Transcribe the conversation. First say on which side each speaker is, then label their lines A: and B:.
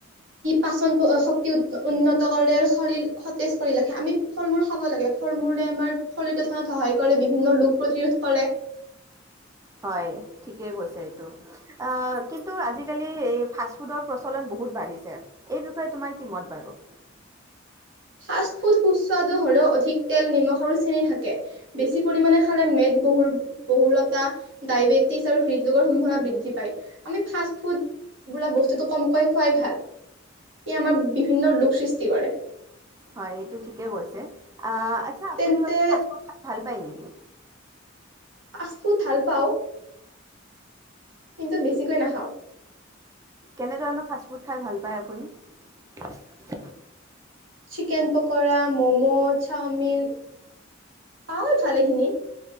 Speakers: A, on the right; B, on the right.
A: পাচন শক্তি উন্নত কৰে আৰু শৰীৰ সতেজ কৰি ৰাখে আমি ফল মূল খাব লাগে ফল মূৰে আমাৰ শৰীৰ গঠনত সহায় কৰে বিভিন্ন ৰোগ প্ৰতিৰোধ কৰে
B: হয় ঠিকেই কৈছে এইটো কিন্তু আজিকালি এই ফাষ্টফুডৰ প্ৰচলন বহুত বাঢ়িছে এই বিষয়ে তোমাৰ কি মত বাৰু
A: ফাষ্ট ফুড সুস্বাদু হলেও অধিক তেল নিমখ আৰু চেনি থাকে বেছি পৰিমানে খালে মেদ বহুৰ বহলতা ডায়বেটিছ আৰু হৃদৰোগৰ সম্ভাৱনা বৃদ্ধি পায় আমি ফাষ্ট ফুড বোলা বস্তুটো কমকৈ খোৱাই ভাল ই আমাৰ বিভিন্ন ৰোগ সৃষ্টি কৰে
B: হয় এইটো ঠিকে কৈছে। আ আচ্ছা আপুনি
A: তেন্তে
B: বাৰু ফাষ্টফুড খাই ভাল পায় নেকি?
A: ফাচফুদ ভাল পাওঁ কিন্তু বেছিকৈ নাখাও
B: কেনেধৰণৰ ফাষ্টফুড খাই ভাল পায় আপুনি?
A: চিকেন পকৰা মমো চাওমিন পাওঁ হয় ভালেখিনি